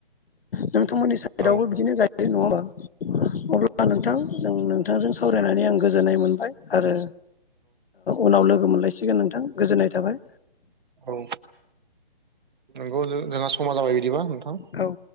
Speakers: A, on the left; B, on the right.
A: नोंथांमोननि साइदआवबो
B: औ
A: बिदिनो गायनाय नङाबा अब्ला नोंथां जों नोंथांजों सावरायनानै आं गोजोननाय मोनबाय आरो उनाव लोगो मोनलायसिगोन नोंथां गोजोननाय थाबाय
B: औ नंगौ जोंहा समा जाबाय बिदिबा नोंथां
A: औ